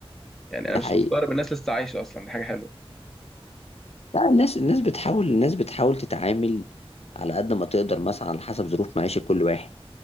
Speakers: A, in the centre; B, on the left.
A: يعني
B: ده
A: انا مش
B: حقيقي
A: مستغرب الناس لسه عايشه اصلا دي حاجه حلوه
B: لا الناس الناس بتحاول الناس بتحاول تتعامل على قد ما تقدر مثلا على حسب ظروف معيشة كل واحد